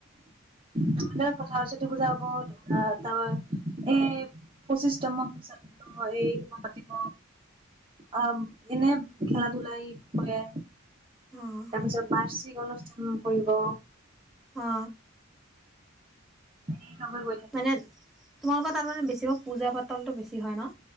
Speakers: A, on the right (about 25°); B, in the centre.
A: তহলে কথা হছ ত পূজা হ ধৰা তাৰ এ পঁচিশতমক পূজাত এই পাতিব অ এনে খেলা ধূলা কৰে
B: অঁ
A: তাৰপিছত বাৰ্ষিক অনুষ্ঠান কৰিব
B: অ
A: স চবে গৈ থাকে
B: মানে তোমালোকৰ তাত মানে বেছিভাগ পজা পাতলটো বেছি ন